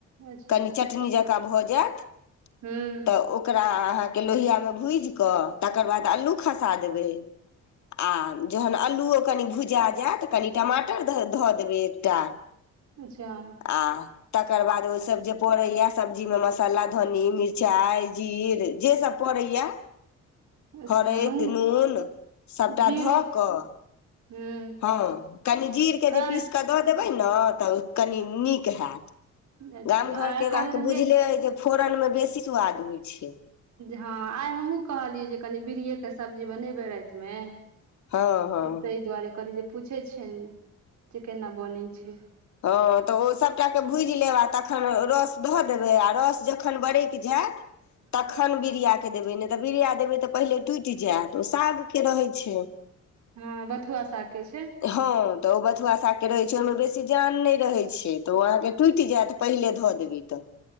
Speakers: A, on the right (about 70°); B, on the left (about 65°).
A: अच्छा
B: कनी चटनी जँकाँ भऽ जायत
A: हूं
B: तऽ ओकरा अहाँके लोहिआामे भुजिकऽ तकर बाद अलू खसा देबै आ जखन अल्लूओ कनि भुजा जायत कनि टमाटर धऽ देबै एकटा
A: अच्छा
B: आ तकर बाद ओहि सब जे पड़ैया सब्जी मे मसाला धन्नी मिरचाई जीर जे सब पड़ैया
A: अच्छा
B: हरैदि
A: हमहूँ
B: नून सभटा
A: जीरो
B: धऽ कऽ
A: हूं
B: हँ कनी जीरकेँ जे
A: आइ
B: पीस कऽ दऽ देबै ने तऽ कनी नीक हैत
A: अच्छा
B: गाम घरके
A: आइ कहलियै
B: तऽ अहाँके बुझले अइ जे फोरन मे बेसी सुआद होइत छै
A: हँ आइ हमहहुँ कहलियै जे कनी बीड़एके सब्जी बनेबै रातिमे
B: हँ हँ
A: तऽ ताहि दुआरे कहलियै जे पूछैत छियनि जे केना बनैत छै
B: हँ तऽ ओ सभटाे भूजि लेब आ तखन रस धऽ देबै आ रस जखन बरकि जायत
A: <inaudible>
B: तखन बीरियाके देबै नहि तऽ बिरिया देबै तऽ पहिले टुटि जायत ओ सागके रहै छै
A: हँ बथुआ सा के छै
B: हँ तऽ ओ बथुआ साग के रहे छै ओहिमे बेसी जान नहि रहे छै तऽ ओ अहाँके टूटि जायत पहिले धऽ देबै तऽ